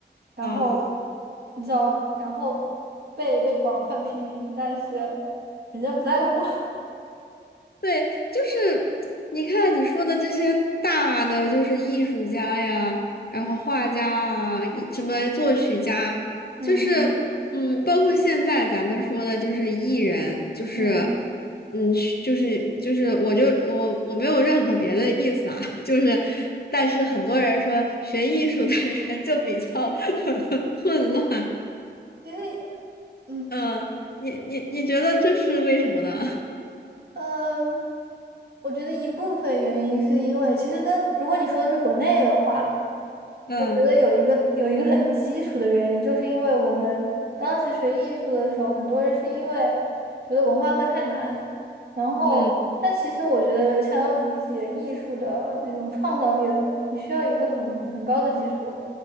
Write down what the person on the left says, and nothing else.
啊。
对，就是你看你说的这些大的，就是艺术家呀，然后画家啊，一什么作曲家，
就是嗯，包括现在咱们说的，就是艺人，就是
嗯，就是就是，我就我我没有任何别的意思啊，<laughs> 就是，但是很多人说学艺术的人就比较 <laughs> 混乱，
嗯，你你你觉得这是为什么呢？
<laughs> 嗯
嗯